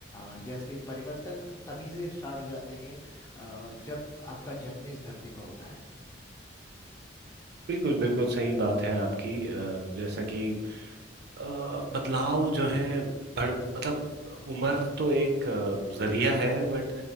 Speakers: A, on the left; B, on the right.
A: अ, जैसे परिवर्तन तभी से स्टार्ट हो जाते हैं अ, जब आपका जन्म इस धरती पर होता है
B: बिल्कुल बिल्कुल सही बात है आपकी अ, जैसा कि अ, बदलाव जो है बढ़ मतलब उम्र तो एक अ, जरिया है बट